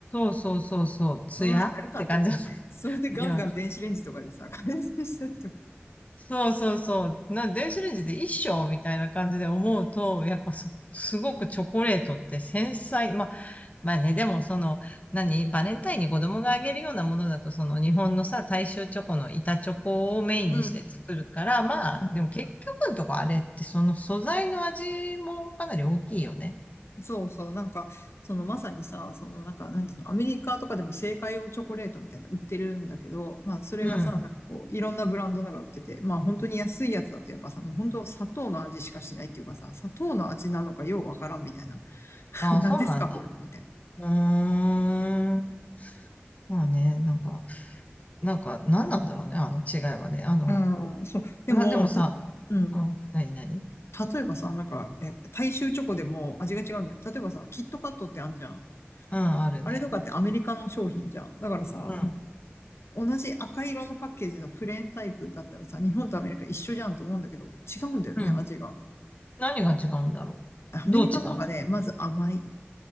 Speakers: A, on the left; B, on the left.
A: うそうそうそう、ツヤって感じだっ
B: そんなのやるかって思うよね。それでガンガン電子レンジとかでさ、
A: た。いや、
B: <laughs> 加熱したりとか。
A: そうそうそう。な、電子レンジで一生みたいな感じで思うと、やっぱす、すごくチョコレートって繊細。まあ、まあね、でもその、何、バレンタインに子供があげるようなものだと、その日本のさ、大衆チョコの板チョコをメインにして作るから、
B: うん。
A: まあ、
B: うん。
A: でも結局のとこあれってその素材の味もかなり大きいよね。
B: そうそう。なんか、そのまさにさ、そのなんか、なんていうの、アメリカとかでも製菓用チョコレートみたいなの売ってるんだけど、まあ、それがさ、
A: うん。
B: なんかこう、いろんなブランドなんか売ってて、まあ、本当に安いやつだとやっぱさ、もう本当砂糖の味しかしないっていうかさ、砂糖の味なのかようわからんみたいな。<laughs>
A: ああ、
B: 何ですかこれみたいな。
A: そうなんだ。うーん。まあね、なんか、なんか、何なんだろうね、あの違いはね。あの、
B: うん、そう。でも、
A: まあでもさ、
B: うん。
A: うん、何何
B: 例えばさ、なんか、え、大衆チョコでも味が違うんだよ。例えばさ、キットカットってあんじゃん。
A: うん、あるね。
B: あれとかってアメリカの商品じゃん。だからさ、
A: うん。
B: うん同じ赤色のパッケージのプレーンタイプだったらさ、日本とアメリカ一緒じゃんと思うんだけど、違うんだよね、
A: うん。
B: 味が。
A: 何が違うんだろう。
B: アメリカの方がね、
A: どう違うの
B: まず甘い。